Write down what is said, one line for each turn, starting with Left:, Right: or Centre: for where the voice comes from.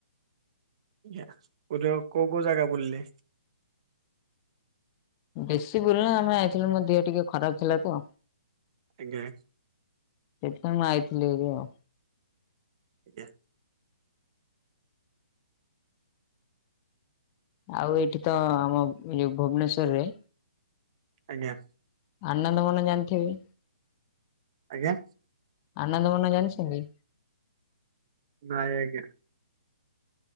Right: ଆଜ୍ଞା ପୁରୀର ଆଉ କୋଉ କୋଉ ଜାଗା ବୁଲିଲେ?
Left: ବେଶୀ ବୁଲନୁ ଆମେ ଯାଇଥିଲୁ, ମୋ ଦେହ ଟିକେ ଖରାପ ଥିଲା ତ।
Right: ଆଜ୍ଞା।
Left: ସେଇଥି ପାଇଁ ଆଇଥିଲି ହରି ଆଉ।
Right: ଆଜ୍ଞା।
Left: ଆଉ ଏଇଠି ତ ଆମ ଯୋଉ ଭୁବନେଶ୍ଵର ରେ
Right: ଆଜ୍ଞା।
Left: ଆନନ୍ଦ ମନ ଜାଣିଥିବେ।
Right: ଆଜ୍ଞା।
Left: ଆନନ୍ଦ ବନ ଜାଣିଛନ୍ତି?
Right: ନାଇଁ ଆଜ୍ଞା।